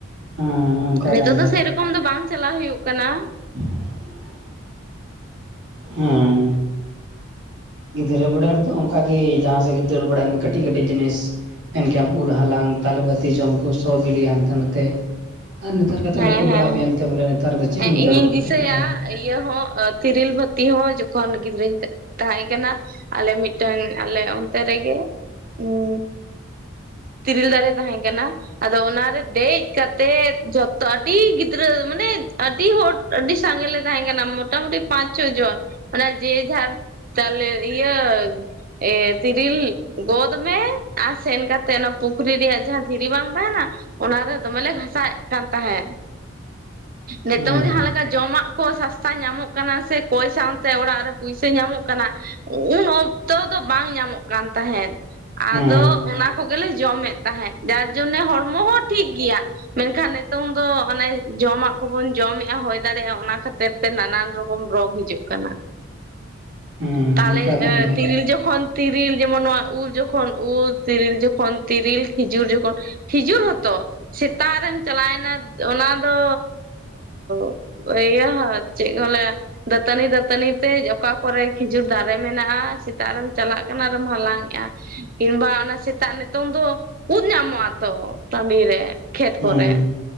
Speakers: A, on the right; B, on the right.
A: ᱦᱮᱸ ᱚᱱᱠᱟ
B: ᱱᱤᱛᱚᱜ
A: ᱠᱟᱱ
B: ᱫᱚ
A: ᱜᱮᱭᱟ
B: ᱥᱮᱨᱚᱠᱚᱢ ᱫᱚ ᱵᱟᱝ ᱪᱟᱞᱟᱣ ᱦᱩᱭᱩᱜ ᱠᱟᱱᱟ
A: <inaudible> ᱦᱸᱻ ᱜᱤᱫᱽᱨᱟᱹ ᱵᱮᱲᱟ ᱨᱮᱫᱚ ᱚᱱᱠᱟᱜᱮ ᱡᱟᱦᱟᱸ ᱥᱮᱫ ᱜᱮ ᱫᱟᱹᱲ ᱵᱟᱲᱟᱭ ᱢᱮ ᱠᱟᱹᱴᱤᱡ ᱠᱟᱹᱴᱤᱡ ᱡᱤᱱᱤᱥ ᱢᱮᱱᱠᱮᱭᱟᱢ ᱩᱞ ᱦᱟᱞᱟᱝ ᱛᱟᱞᱮ ᱵᱟᱹᱛᱤ ᱡᱚᱢ ᱠᱚ ᱥᱚ ᱵᱤᱞᱤ ᱦᱟᱱᱛᱮ ᱱᱷᱟᱛᱮ ᱟᱨ ᱱᱮᱛᱟᱨ ᱠᱟᱛᱮ
B: ᱦᱮᱸ
A: ᱞᱟᱹᱴᱩ
B: ᱦᱮᱸ
A: ᱵᱟᱲᱟ
B: ᱦᱮᱸ
A: ᱦᱩᱭᱮᱱᱛᱮ ᱵᱚᱞᱮ ᱱᱮᱛᱟᱨ ᱫᱚ ᱪᱮᱫ
B: ᱦᱮᱸ
A: ᱮᱢ
B: ᱤᱧᱤᱧ
A: ᱫᱟᱹᱲ ᱵᱟᱲᱟᱭᱟ
B: ᱫᱤᱥᱟᱹᱭᱟ
A: ᱩᱱᱟᱹᱜ ᱫᱚ
B: ᱤᱭᱟᱹ ᱦᱚᱸ ᱛᱤᱨᱤᱞ ᱵᱟᱹᱛᱤ ᱦᱚᱸ ᱡᱚᱠᱷᱚᱱ ᱜᱤᱫᱽᱨᱟᱹᱧ ᱛᱟᱦᱮᱸ ᱠᱟᱱᱟ ᱟᱞᱮ ᱢᱤᱫᱴᱮᱱ ᱟᱞᱮ ᱚᱱᱛᱮ ᱨᱮᱜᱮ ᱦᱸᱻ ᱛᱤᱨᱤᱞ ᱫᱟᱨᱮ ᱛᱟᱦᱮᱸ ᱠᱟᱱᱟ ᱟᱫᱚ ᱚᱱᱟᱨᱮ ᱫᱮᱡ ᱠᱟᱛᱮᱫ ᱡᱚᱛ ᱟᱰᱤ ᱜᱤᱫᱽᱨᱟᱹ ᱢᱟᱱᱮ ᱟᱹᱰᱤ ᱦᱚᱲ ᱟᱹᱰᱤ ᱥᱟᱸᱜᱮ ᱞᱮ ᱛᱟᱦᱮᱸ ᱠᱟᱱᱟ ᱢᱚᱴᱟᱢᱩᱴᱤ ᱯᱟᱸᱪ ᱪᱷᱚ ᱡᱚᱱ <inaudible> ᱤᱭᱟᱹ ᱮᱻ ᱛᱤᱨᱤᱞ ᱜᱚᱫ ᱢᱮ ᱟᱨ ᱥᱮᱱ ᱠᱟᱛᱮ ᱛᱮ ᱚᱱᱟ ᱯᱩᱠᱷᱨᱤ ᱨᱮᱭᱟᱜ ᱡᱟᱦᱟᱸ ᱫᱷᱤᱨᱤ ᱵᱟᱝ ᱛᱟᱦᱮᱱᱟ ᱚᱱᱟᱨᱮ ᱫᱚᱢᱮᱞᱮ ᱜᱷᱟᱥᱟᱣᱮᱫ ᱠᱟᱱ ᱛᱟᱦᱮᱸᱫ ᱱᱤᱛᱚᱝ
A: ᱦᱮᱸ
B: ᱡᱟᱦᱟᱸᱞᱮᱠᱟ ᱡᱚᱢᱟᱜ ᱠᱚ ᱥᱟᱥᱛᱟ ᱧᱟᱢᱚᱜ ᱠᱟᱱᱟ ᱥᱮ ᱠᱚᱭ ᱥᱟᱶᱛᱮ ᱚᱲᱟᱜ ᱨᱮ ᱯᱩᱭᱥᱟᱹ ᱧᱟᱢᱚᱜ ᱠᱟᱱᱟ ᱩᱱ ᱚᱠᱛᱚ ᱫᱚ ᱵᱟᱝ ᱧᱟᱢᱚᱜ ᱠᱟᱱ ᱛᱟᱦᱮᱸᱫ
A: ᱦᱮᱸ
B: ᱟᱫᱚ ᱚᱱᱟ ᱠᱚᱜᱮᱞᱮ ᱡᱚᱢᱮᱫ ᱛᱟᱦᱮᱸᱫ ᱡᱟᱨ ᱡᱚᱱᱱᱮ ᱦᱚᱲᱢᱚ ᱦᱚᱸ ᱴᱷᱤᱠ ᱜᱮᱭᱟ᱾ ᱢᱮᱱᱠᱷᱟᱱ ᱱᱤᱛᱚᱝ ᱫᱚ ᱚᱱᱮ ᱡᱚᱢᱟᱜ ᱠᱚᱵᱚᱱ ᱡᱚᱢᱮᱫᱼᱟ ᱦᱩᱭ ᱫᱟᱲᱮᱭᱟᱜᱼᱟ ᱚᱱᱟ᱾ ᱠᱷᱟᱹᱛᱤᱨ ᱛᱮ ᱱᱟᱱᱟᱱ ᱨᱚᱠᱚᱢ ᱨᱳᱜᱽ ᱦᱤᱡᱩᱜ ᱠᱟᱱᱟ᱾
A: ᱦᱮᱸ
B: ᱛᱟᱦᱚᱞᱮ
A: ᱚᱱᱠᱟ
B: ᱮ
A: ᱠᱟᱱ ᱜᱮᱭᱟ
B: ᱛᱤᱱ ᱡᱚᱠᱷᱚᱱ ᱛᱤᱨᱤᱞ ᱡᱮᱢᱚᱱ ᱱᱚᱣᱟ ᱩᱞ ᱡᱚᱠᱷᱚᱱ ᱩᱞ ᱛᱤᱨᱤᱞ ᱡᱚᱠᱷ ᱠᱷᱚᱱ ᱛᱤᱨᱤᱞ ᱠᱷᱤᱡᱩᱨ ᱡᱚᱠᱷᱚᱱ ᱠᱷᱤᱡᱩᱨ ᱦᱚᱛᱚ ᱥᱮᱛᱟᱜ ᱨᱮᱢ ᱪᱟᱞᱟᱣᱮᱱᱟ ᱚᱱᱟ ᱫᱚ <unintelligible> ᱤᱭᱟᱹ ᱪᱮᱫ ᱠᱚ ᱞᱟᱹᱭᱟ ᱫᱟᱹᱛᱟᱹᱱᱤ ᱫᱟᱹᱛᱟᱹᱱᱤ ᱛᱮ ᱚᱠᱟ ᱠᱚᱨᱮ <unintelligible> ᱠᱷᱤᱡᱩᱨ ᱫᱟᱨᱮ ᱢᱮᱱᱟᱜᱼᱟ ᱥᱮᱛᱟᱜ ᱨᱮᱢ ᱪᱟᱞᱟᱜ ᱠᱟᱱᱟ ᱟᱨᱢ ᱦᱟᱞᱟᱝ ᱮᱼᱟ ᱠᱤᱢᱵᱟ ᱚᱱᱟ ᱥᱮ ᱛᱟᱜ ᱱᱤᱛᱚᱝ ᱫᱚ ᱩᱫ ᱧᱟᱢᱚᱜ ᱟ ᱛᱚ ᱴᱟᱺᱰᱤ ᱨᱮ ᱠᱷᱮᱛ
A: ᱦᱮᱸ
B: ᱠᱚᱨᱮ